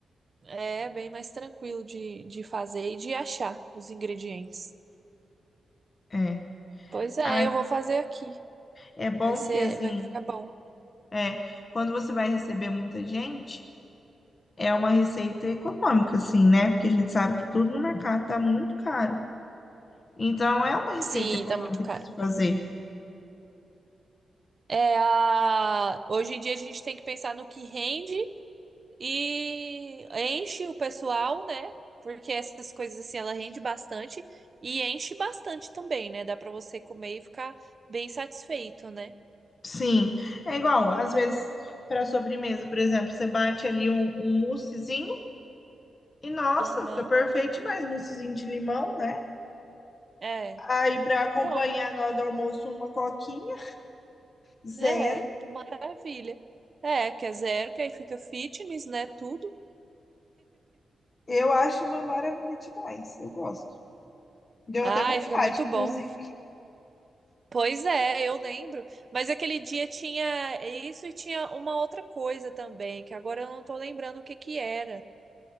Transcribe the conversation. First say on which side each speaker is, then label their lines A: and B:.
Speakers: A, on the right; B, on the left.
A: é bem mais tranquilo de, de fazer e de achar os ingredientes.
B: É.
A: Pois é,
B: Ai,
A: eu vou fazer aqui.
B: é bom
A: Vai ser,
B: porque, assim,
A: vai ficar bom.
B: é, quando você vai receber muita gente, é uma receita econômica, assim, né? Porque a gente sabe que tudo no mercado tá muito caro. Então, é uma receita
A: Sim,
B: econômica
A: tá muito caro.
B: de se fazer.
A: É a... Hoje em dia a gente tem que pensar no que rende e enche o pessoal, né? Porque essas coisas assim, ela rende bastante e enche bastante também, né? Dá pra você comer e ficar bem satisfeito, né?
B: Sim. É igual, às vezes, para sobremesa, por exemplo, você bate ali um, um moussezinho. E nossa,
A: Aham.
B: fica perfeito mais Moussezinho de limão, né?
A: É.
B: Aí pra acompanhar
A: Pronto.
B: na hora do almoço uma coquinha, zero.
A: É, é. maravilha. É, que é zero, que aí fica fitness, né? Tudo.
B: Eu acho uma maravilha demais. Eu gosto. Deu
A: Ai,
B: até vontade,
A: fica muito
B: inclusive.
A: bom. Pois é, eu lembro. Mas aquele dia tinha isso e tinha uma outra coisa também, que agora eu não tô lembrando o que que era